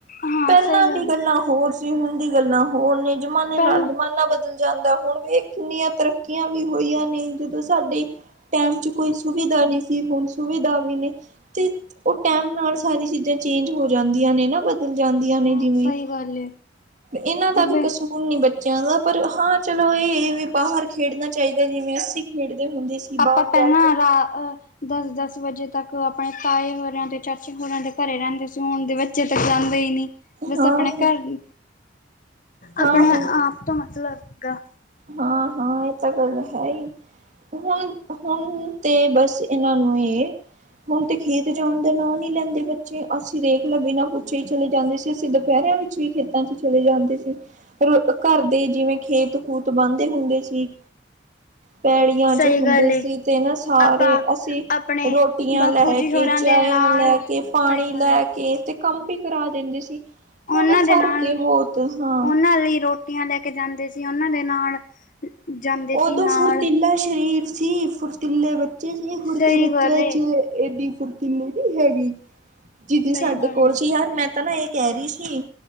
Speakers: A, on the left; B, on the right.
A: ਹਾਂ
B: ਪਹਿਲਾਂ
A: ਸਹੀ ਗੱਲ
B: ਦੀ ਗੱਲਾਂ, ਹੋਰ। ਹੁਣ ਦੀ, ਗੱਲਾਂ ਹੋਰ ਨੇ। ਜਮਾਨੇ
A: ਪਹਿਲਾਂ
B: ਨਾਲ ਜ਼ਮਾਨਾ ਬਦਲ। ਜਾਂਦਾ। ਹੁਣ ਵੇਖ ਕਿੰਨੀਆਂ ਤਰੱਕੀਆਂ ਵੀ, ਹੋਈਆਂ ਨੇ, ਜਦੋਂ ਸਾਡੇ। ਟਾਈਮ ਚ, ਕੋਈ ਸੁਵਿਧਾ ਨਹੀਂ ਸੀ। ਹੁਣ ਸੁਵਿਧਾ ਵੀ ਨੇ। ਤੇ ਉਹ ਟੈਮ ਨਾਲ, ਸਾਰੀ ਚੀਜ਼ਾਂ ਚੇਂਜ ਹੋ ਜਾਂਦੀਆਂ ਨੇ, ਨਾ। ਬ- ਬਦਲ ਜਾਂਦੀਆਂ ਨੇ
A: ਹਾਂ
B: ਜਿਵੇਂ।
A: ਸਹੀ ਗੱਲ
B: ਇਹਨਾਂ ਦਾ ਵੀ
A: ਹੈ
B: ਕੱਸੋ। ਹੁਣ ਨਹੀਂ ਬੱਚਿਆਂ ਦਾ। ਪਰ ਹਾਂ, ਚਲੋ ਇਹ ਵੀ ਬਾਹਰ ਖੇਡਣਾ ਚਾਹੀਦਾ, ਜਿਵੇਂ ਅਸੀਂ ਖੇਡਦੇ ਹੁੰਦੇ ਸੀ।
A: ਆਪਾਂ,
B: ਬਾਹਰ
A: ਪਹਿਲਾਂ
B: ਜਾ ਕੇ
A: ਰਾ- ਦਸ- ਦਸ, ਵਜੇ ਤੱਕ, ਆਪਣੇ ਤਾਏ ਹੋਰਿਆਂ ਦੇ, ਚਾਚੇ ਹੋਰਿਆਂ ਦੇ, ਘਰੇ ਰਹਿੰਦੇ ਸੀ। ਹੁਣ ਦੇ ਬੱਚੇ ਤੇ ਜਾਂਦੇ ਹੀ, ਨਹੀਂ। ਬਸ
B: ਹਾਂ
A: ਆਪਣੇ
B: ਹਾਂ
A: ਘਰ ਹੀ।
B: ਹਾਂ
A: ਆਪਣੇ
B: ਹਾਂ
A: ਆਪ ਤੋਂ ਮਤਲਬ, ਗ
B: ਹਾਂ- ਹਾਂ, ਇਹ ਤਾਂ, ਗੱਲ ਹੈ। ਹੁਣ, ਹੁਣ ਤੇ ਬਸ, ਇਹਨਾਂ ਨੂੰ ਹੀ। ਹੁਣ ਤੇ, ਖੇਤ ਜਾਣ ਦਾ, ਨਾਂ ਨੀ ਲੈਂਦੇ ਬੱਚੇ। ਅਸੀਂ ਦੇਖ ਲ ਬਿਨਾਂ ਪੁਛੇ ਹੀ, ਚਲੇ ਜਾਂਦੇ ਸੀ। ਅਸੀਂ ਦੁਪਹਿਰਿਆਂ ਵਿੱਚ, ਵੀ ਖੇਤਾਂ ਚ, ਚਲੇ ਜਾਂਦੇ ਸੀ। ਰ ਘਰ ਦੇ, ਜਿਵੇਂ ਖੇਤ- ਖੂਤ ਬਾਂਦੇ ਹੁੰਦੇ ਸੀ। ਪੈੜੀਆਂ
A: ਸਹੀ
B: ਚ ਹੁੰਦੇ
A: ਗੱਲ
B: ਸੀ।
A: ਏ
B: ਤੇ ਨਾ ਸਾਰੇ
A: ਆਪਾਂ
B: ਅਸੀਂ,
A: ਆਪਣੇ
B: ਰੋਟੀਆਂ
A: ਬਾਪੂ
B: ਲੈ
A: ਜੀ
B: ਕੇ,
A: ਹੋਰਾਂ
B: ਚਾਹਆਂ
A: ਦੇ ਨਾਲ
B: ਲੈ। ਕੇ ਪਾਣੀ
A: ਸਹੀ ਗੱਲ
B: ਲੈ
A: ਏ
B: ਕੇ, ਤੇ ਕੰਮ ਵੀ ਕਰਾ, ਦਿੰਦੇ ਸੀ।
A: ਉਹਨਾਂ
B: ਹੁਣ ਫ਼ਰਕ
A: ਦੇ ਨਾਲ,
B: ਏ ਬਹੁਤ ਹਾਂ
A: ਉਹਨਾਂ ਲਈ ਰੋਟੀਆਂ ਲੈ ਕੇ ਜਾਂਦੇ ਸੀ। ਉਹਨਾਂ ਦੇ ਨਾਲ। ਜਾਂਦੇ ਸੀ
B: ਉਦੋਂ
A: ਨਾਲ
B: ਫੁਰਤੀਲਾ ਸਰੀਰ ਸੀ ਫੁਰਤੀਲੇ ਬੱਚੇ ਸੀ ਹੁੜਦੇ
A: ਸਹੀ
B: ਬੱਚੇ
A: ਗੱਲ ਏ
B: ਚ ਏਡੀ ਫੁਰਤੀਲੀੀ ਹੈਗੀ ਜਿਦੀ
A: ਸਹੀ
B: ਸਾਡੇ
A: ਗੱਲ
B: ਕੋਲ
A: ਏ
B: ਸੀ ਯਾਰ ਮੈਂ ਤਾਂ ਨਾ ਇਹ ਕਹਿ ਰੀ ਸੀ।